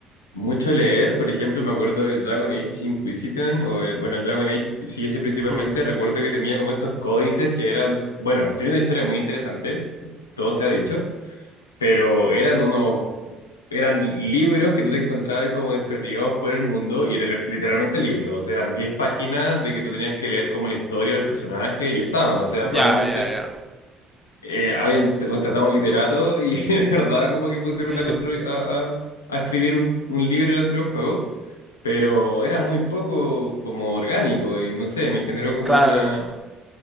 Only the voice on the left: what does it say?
mucho leer, por ejemplo, me acuerdo del Dragon Age Inquisition, o el, bueno, el Dragon Age, sí, ese principalmente,
recuerdo que tenía como estos códices que eran, bueno, tiene una historia muy interesante, todo se ha dicho, pero eran unos, eran libros que tú te encontrabas como desperdigados por el mundo y eran literalmente libros, eran 10 páginas de que tú tenías que leer como la historia, los personajes y estaban, o sea,
probablemente
eh, hayan te contratado un literato y <laughs> de verdad como que pusieron
a, construir, a, a- a escribir un, un libro dentro del juego. Pero era muy poco como orgánico y no sé, me generó como
una,